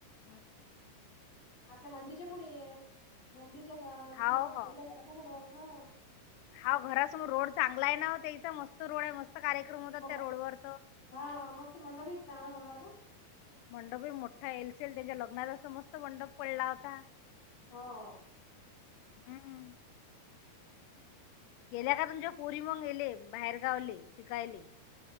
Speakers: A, on the left; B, on the left.
A: हुं.
B: आपल्या मंदिच्या पुढे. मंदिच्या हा म्हणजे
A: हाव
B: असं
A: हो
B: त्यांच्या घरा समोरच हा.
A: हाव घरासमोर रोड चांगला आहे ना त्याइचा मस्त रोड आहे मस्त मस्त कार्यक्रम होतात
B: बघ
A: त्या रोड वर त.
B: हा मस्त मंडपही चांगला पडला होता
A: मंडपही मोठा येईलशे त्यांच्या लग्नात असा मस्त मंडप पडला होता.
B: हो.
A: हम्म गेल्या का तुमच्या पोरी मग येले बाहेरगावले शिकायले.